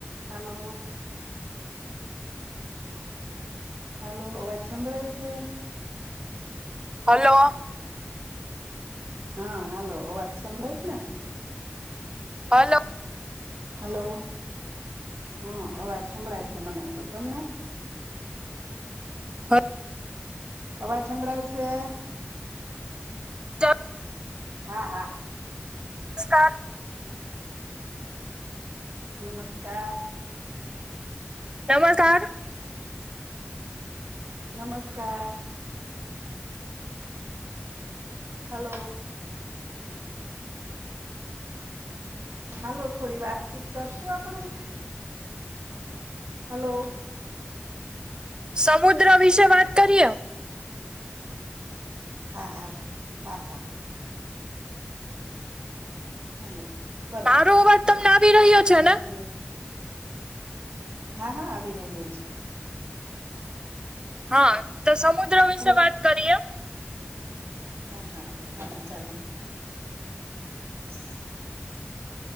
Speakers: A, on the right; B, on the right.
A: Hello. Hello, અવાજ સંભળાય છ?
B: હલો
A: હા હાલો અવાજ સંભળાય જ ને?
B: હલો
A: હલો હહ અવાજ હભળાય સે મને તો તમને?
B: હ
A: અવાજ હભળાય સે?
B: <unintelligible>
A: હા હા
B: મસ્કાર
A: નમસ્કાર
B: નમસ્કાર
A: નમસ્કાર હલો હાલો થોડી વાતચીત કરશું આપણેે? હલો
B: સમુદ્ર વિશે વાત કરીએ.
A: હા હા હા હા હાલો કરો
B: મારો અવાજ તમને આવી રહ્યો છે
A: સમુદ્ર
B: ને
A: હા હા આવી રહ્યો છે.
B: હા તો સમુદ્ર વિશે
A: હલો
B: વાત કરીએ.
A: હા હા હાલો ચાલુ <inaudible>